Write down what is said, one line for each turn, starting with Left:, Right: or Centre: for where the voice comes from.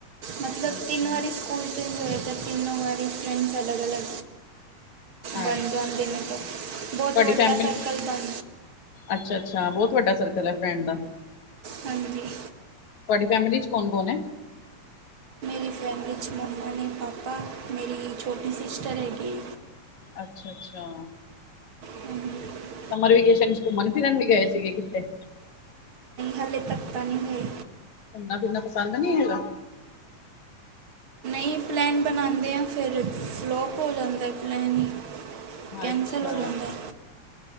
Right: ਮਤਲਬ
Left: ਅੱਛਾ
Right: ਤਿੰਨ ਵਾਰੀ ਸਕੂਲ ਚੇਂਜ ਹੋਇਆ ਤਾਂ ਤਿੰਨੋ ਵਾਰੀ ਫਰੈਂਡਜ ਅਲੱਗ ਅਲੱਗ ਬਣ
Left: ਅੱਛਾ
Right: ਜਾਦੇ ਨੇ ਤਾਂ ਬਹੁਤ
Left: ਤੁਹਾਡੀ
Right: ਵੱਡਾ
Left: ਫੈਮਿਲੀ
Right: ਸਰਕਲ ਬਣ
Left: ਅੱਛਾ, ਅੱਛਾ ਬਹੁਤ ਵੱਡਾ ਸਰਕਲ ਹੈ ਫਰੈਂਡ ਦਾ।
Right: ਹਾਂਜੀ।
Left: ਤੁਹਾਡੀ ਫੈਮਿਲੀ ਚ ਕੌਣ ਕੌਣ ਐ?
Right: ਮੇਰੀ ਫੈਮਿਲੀ 'ਚ ਮੰਮੀ ਨੇ, ਪਾਪਾ, ਮੇਰੀ ਛੋਟੀ ਸਿਸਟਰ ਹੈਗੀ।
Left: ਅੱਛਾ, ਅੱਛਾ।
Right: ਹਮ।
Left: ਸਮਰ ਵੇਕੇਸ਼ਨ ਚ ਘੁੰਮਣ ਫਿਰਨ ਵੀ ਗਏ ਸੀਗੇ ਕਿਤੇ?
Right: ਹੱਲੇ ਤੱਕ ਤਾਂ ਨਹੀਂ ਗਏ।
Left: ਘੁੰਮਣਾ ਫਿਰਨਾ ਪਸੰਦ ਨਹੀਂ ਹੈਗਾ?
Right: ਕੀ ਪਲੈਨ ਬਣਾਉਂਦੇ ਹਾਂ, ਫਿਰ ਫਲੋਪ ਹੋ ਜਾਂਦਾ ਪਲੈਨ ਹੀ। ਕੈਂਸਲ
Left: ਅੱਛਾ
Right: ਹੋ ਜਾਂਦਾ।